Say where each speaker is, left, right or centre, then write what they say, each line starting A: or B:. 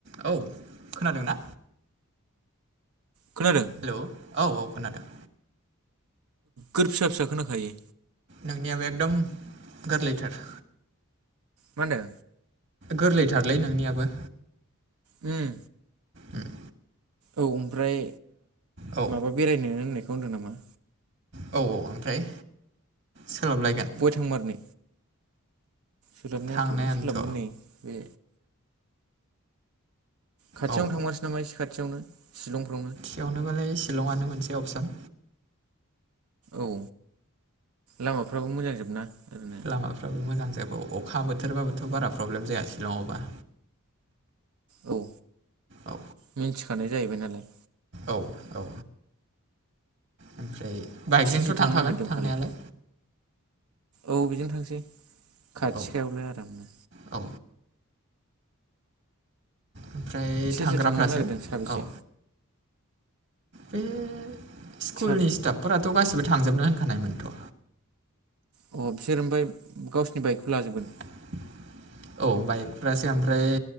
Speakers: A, on the right (about 55°); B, on the right (about 80°).
A: औ खोनादों ना
B: खोनादों
A: हेलौ औ औ खोनादों
B: गोर फिसा फिसा खोनाखायो
A: नोंनियाबो एकदम गोरलैथार
B: मा होनदों
A: गोरलैथारलै नोंनियाबो
B: ओम
A: उम,
B: औ ओमफ्राय
A: औ
B: माबा बेरायनोनो होननायखौ होनदों नामा
A: औ औ ओमफ्राय सोलाबलायगोन
B: थांमारनि सोलाबनायाथ'
A: थांनायानोथ'
B: सोलाबगोन नै बे खाथियावनो
A: औ
B: थांनोसै नामा इसे खाथियावनो शिलंफ्रावनो
A: बेवनोबालाय शिलंआनो मोनसे अपसन
B: औ लामाफ्राबो मोजांजोबना ओरैनो
A: लामाफ्राबो मोजां जाब अखा बोथोरबाबोथ' बारा प्रब्लेम जाया सिलङयावबा
B: औ
A: औ
B: मिन्थिखानाय जाहैबाय नालाय
A: औ औ ओमफ्राय बाइकजोंथ'
B: सोर सोर
A: थांखागोन
B: थांनो नागिरदों
A: थांनायालाय
B: फालाय औ बिजों थांसै खाथिखायावलाय
A: औ
B: आरामनो
A: औ ओमफ्राय
B: सोर
A: थांग्राफ्रासो
B: सोर थांनो नागिरदों साबेसे
A: औ बे स्कुलनि
B: साब
A: स्टाफफोराथ' गासिबो थांजोबनो होनखानायमोनथ'
B: अ बिसोर ओमफ्राय गावसोरनि बाइकखौ लाजोबगोन
A: <unintelligible> औ बाइकफ्रासो ओमफ्राय